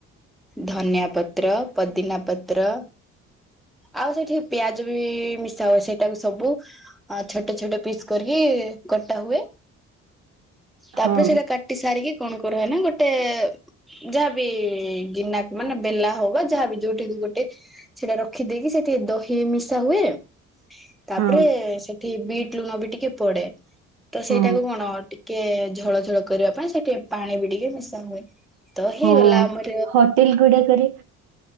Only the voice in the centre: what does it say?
ଧନିଆ ପତ୍ର, ପଦିନା ପତ୍ର, ଆଉ ସେଇଠି ପିଆଜ ବି ମିଶା ହୁଏ। ସେଇଟାକୁ ସବୁ ଆ ଛୋଟ ଛୋଟ ପିସ୍ କରିକି କଟା ହୁଏ। ତାପରେ
ସେଇଟା କାଟି ସାରିକି କଣ କରାହୁଏ, ନା ଗୋଟେ ଯାହାବି ଗିନାକୁ ମାନେ ବେଲା ହଉ ବା ଯାହାବି ଯୋଉଠି କି ଗୋଟେ ସେଇଟା ରଖିଦେଇକି ସେଠିଥିରେ ଦହି ବି ମିଶା ହୁଏ। ତାପରେ
ସେଥିରେ ବିଟ୍ ଲୁଣ ବି ଟିକେ ପଡେ। ତ ସେଇଟାକୁ
କଣ ଟି ଟିକେ ଝୋଳ ଝୋଳ କରିବା ପାଇଁ ସେଇଥିରେ ପାଣି ବି ଟିକେ ମିଶା ହୁଏ। ତ ହେଇଗଲା
ଆମର